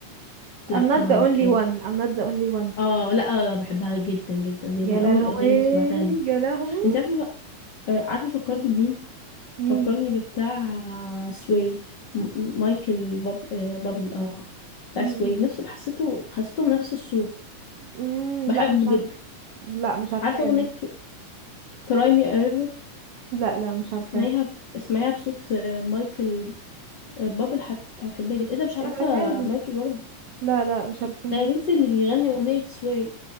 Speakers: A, on the left; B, on the right.
A: لا
B: I'm not
A: معرفهاش
B: the only one I'm not the only one
A: اه لا آه، بحبها جدا جدا دي
B: يا
A: من اول
B: لهوي
A: الاغاني اللي سمعتها لي
B: يا لهوي
A: انت عارفه آه، عارفه فكرني بمين
B: مين
A: فكرني بتاع سوي م- مايكل باب آه، بابل اه بتاع
B: امم
A: سوي نفس حسيته حسيته نفس الصوت
B: أمم،
A: بحبه
B: لا مش
A: جدا
B: عارفه لا مش عارفاه
A: عارفه اغنيه
B: ده
A: كراي مي ريفر
B: لا لا مش عارفاها
A: اسمعيها اسمعيها بصوت آه، مايكل آه، بابل هت- هتحبيها جدا ايه ده مش عارفه
B: ابعتها لي
A: مايكل بابل
B: لا لا مش عارفاها
A: ده يا بنتي اللي بيغني اغنيه سوي